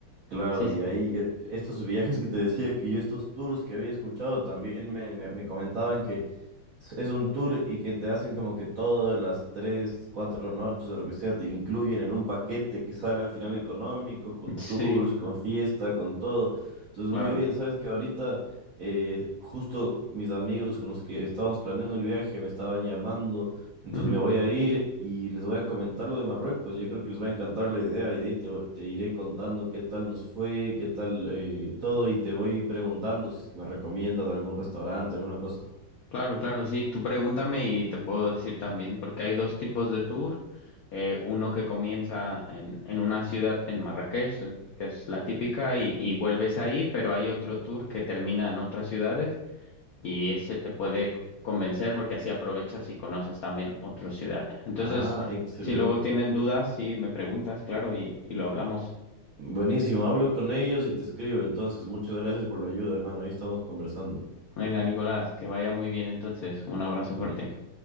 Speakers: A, on the right; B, on the left.
A: claro,
B: Sí, sí.
A: y ahí
B: <laughs>
A: yo- estos viajes que te decía que yo, estos tours que había escuchado, también me, me, me comentaban que es un tour y que te hacen como que todas las tres, cuatro noches o lo que sea, te incluyen en un paquete que sale al final económico, con
B: Sí,
A: tours, con fiesta, con todo. Entonces,
B: claro.
A: muy bien, sabes que ahorita eh, justo mis amigos con los que estábamos planeando el viaje me estaban llamando, entonces
B: Ujú.
A: me voy a ir y les voy a comentar lo de Marruecos. Yo creo que les va a encantar la idea y ahí te, te iré contando qué tal nos fue, qué tal eh, todo y te voy preguntando si es que me recomiendas algún restaurante, alguna cosa.
B: Claro, claro, sí. Tú pregúntame y te puedo decir también, porque hay dos tipos de tour. Eh, uno que comienza en, en una ciudad en Marrakech, l- que es la típica, y, y vuelves ahí, pero hay otro tour que termina en otras ciudades y ese te puede convencer porque así aprovechas y conoces también otra ciudad. Entonces,
A: Ah, excelente.
B: si luego tienen dudas, sí me preguntas, claro, y, y lo hablamos.
A: Buenísimo, hablo con ellos y te escribo. Entonces, muchas gracias por la ayuda, hermano. Ahí estamos conversando.
B: Venga, Nicolás, que vaya muy bien entonces. Un abrazo
A: L-
B: fuerte.